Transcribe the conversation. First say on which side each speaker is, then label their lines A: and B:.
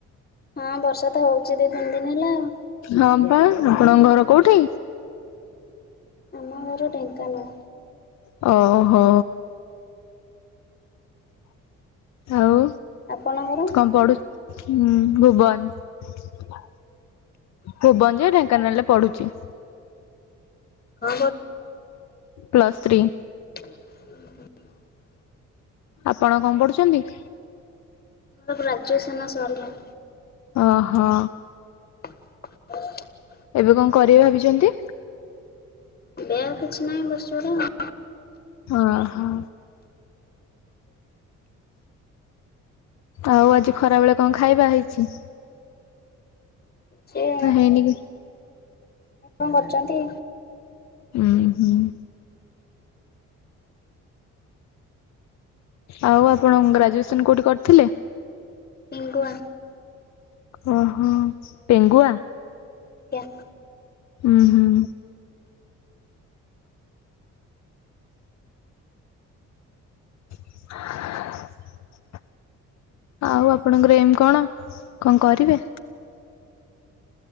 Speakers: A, on the left (about 30°); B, on the left (about 60°).
A: ହଁ ବର୍ଷା ତ ହଉଛି ଦି ତିନି ଦିନ ହେଲା ଆଉ।
B: ହଁ ବା ଆପଣଙ୍କ ଘର କୋଉଠି
A: ଆମ ଘର ଢେଙ୍କାନାଳ
B: ହଁ ଓହୋ ଆଉ
A: ଆପଣଙ୍କର।
B: କଣ ପଢୁ ଉଁ ଭୁବନ ଭୁବନ ଯେ ଢେଙ୍କାନାଳରେ ପଢୁଛି।
A: କଣ
B: ପ୍ଲସ୍ ଥ୍ରୀ।
A: ହ ହ <inaudible>
B: ଆପଣ କଣ ପଢୁଛନ୍ତି।
A: ମୋର ଗ୍ରାଡ଼୍ୟୁଏସନ୍ ସାରିଲ।
B: ଓହୋ।
A: <unintelligible>
B: ଏବେ କଣ କରିବେ ଭାବିଛନ୍ତି।
A: ବ୍ୟାଗ କିଛି ନାହିଁ ବସରେ ଆଉ <unintelligible>
B: ଓଁ ହୋ। ଆଉ ଆଜି ଖରା ବେଳେ କଣ ଖାଇବା ହେଇଛି।
A: ସେ <inaudible>
B: ହେଇନି କି।
A: କଣ କରୁଛନ୍ତି।
B: ହୁଁ ହୁଁ <inaudible> ଆଉ ଆପଣ ଗ୍ରାଜୁଏସନ୍ କୋଉଠି କରିଥିଲେ।
A: ପିଙ୍ଗୁଆ।
B: ଓ ହୋ ପେଙ୍ଗୁଆ।
A: ଆଜ୍ଞା।
B: ହୁଁ ହୁଁ। <unintelligible> ଆଉ ଆପଣଙ୍କର ଏମ୍ କଣ କଣ କରିବେ।